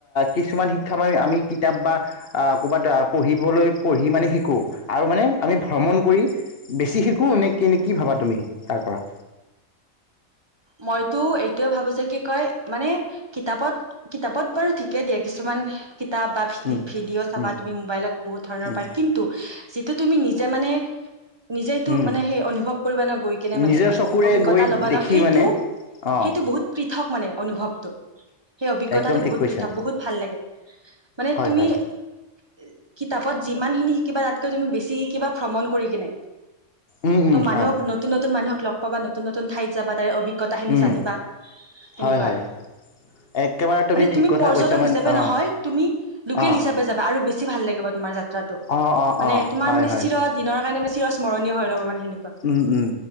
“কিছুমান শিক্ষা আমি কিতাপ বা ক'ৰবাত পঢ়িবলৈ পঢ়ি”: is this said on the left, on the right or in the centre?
Left